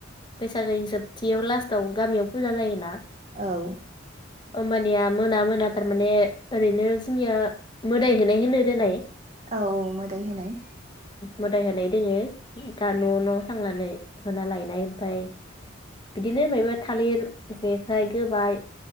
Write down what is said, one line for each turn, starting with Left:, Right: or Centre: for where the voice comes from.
Left: बैसागोनि जोबथियाव लास्टआव गामियाव फुजा जायोना
Right: औ
Left: होमबानिया मोना मोना थारमाने ओरैनो जोंनिया मोदाय <unintelligible> होनो रोनाय
Right: औ मोदाय होनाय।
Left: मोदाय होनाय दोङो दा न' न' थांनानै होना लायनाय ओमफाय बिदिनो मायबा थालिर जेखाइ गोबाय